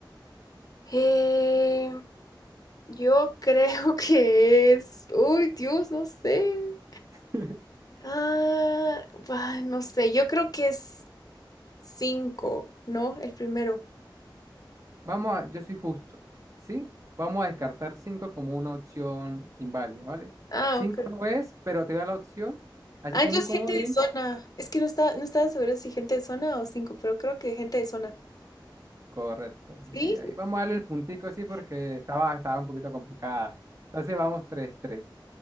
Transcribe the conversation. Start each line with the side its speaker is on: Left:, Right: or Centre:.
Left: Eh, yo <laughs> creo que es... Uy, Dios, no sé.
Right: <laughs>
Left: Ah, ay, no sé, yo creo que es cinco, ¿no? El primero.
Right: Vamos a, yo soy justo, ¿sí? Vamos a descartar 5 como una opción inválida, ¿vale?
Left: Ah,
Right: cinco
Left: ok. ok.
Right: no es, pero te voy a dar la opción, así
Left: Ah,
Right: como
Left: entonces
Right: un comodín,
Left: gente de zona. Es que no estaba, no estaba segura si gente de zona o cinco, pero creo que gente de zona.
Right: correcto.
Left: ¿Sí?
Right: Sí, ahí vamos a darle el puntico, sí, porque estaba, estaba un poquito complicada. Entonces vamos tres tres